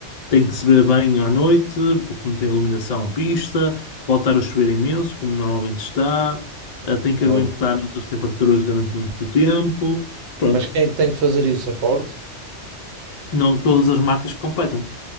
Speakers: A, on the left (about 75°); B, on the right (about 70°).
A: tem que se ver bem à noite, porque não tem iluminação à pista, pode estar a chover imenso, como normalmente está, ah, tem que
B: um-
A: aguentar altas temperaturas durante muito tempo. Pronto,
B: Mas quem é que tem que fazer isso? A Ford?
A: não todas as marcas que competem.